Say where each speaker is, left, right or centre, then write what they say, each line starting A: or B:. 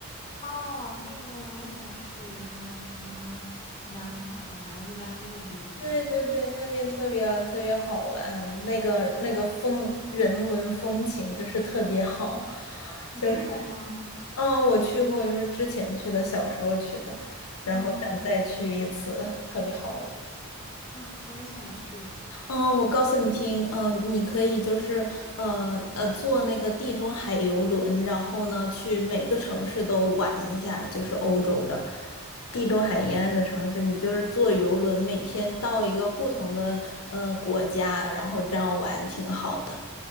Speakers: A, on the left; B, on the left.
A: 哦，那边我也想去，什么什么南法、南意大利之类的，
B: 对对对，那边特别特别好玩，那个那个风人文风情就是特别好，
A: 你去过吗？
B: 就是嗯，我去过，就是之前去的，小时候去的，然后想再去一次，
A: 嗯
B: 特别好玩。
A: 啊，我也想去。
B: 嗯，我告诉你听，嗯、你可以就是呃呃坐那个地中海游轮，然后呢去每个城市都玩一下，就是欧洲的地中海沿岸的城市，你就是坐游轮，每天到一个不同的呃国家，然后这样玩挺好的。